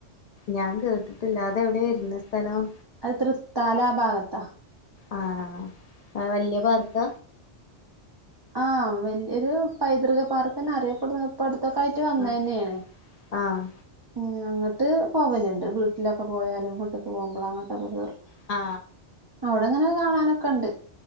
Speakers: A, on the left (about 70°); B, on the right (about 40°).
A: ഞാൻ കേട്ടിട്ടില്ല അത് എവിടെ വരുന്ന സ്ഥലം
B: അത് തൃത്താലാ ഭാഗത്ത
A: ആ ഏ വല്ല്യ പാർക്ക
B: ആ വല്ല്യ ഒരു പൈതൃക പാർക്ക്ന്ന് അറിയപ്പെടുന്നത് ഇപ്പ അടു ത്തൊക്കെ ആയിട്ട് വന്നെന്നെയാണ്
A: ആഹ് ആഹ്
B: മം അങ്ങട്ട് പോവല്ണ്ട് വീട്ടിലൊക്കെ പോയാലും വീട്ടുക്ക് പോവുമ്പളും അങ്ങോട്ടൊക്കെ കേറും.
A: ആ
B: അവിടങ്ങനെ കാണാനൊക്കെ ഇണ്ട്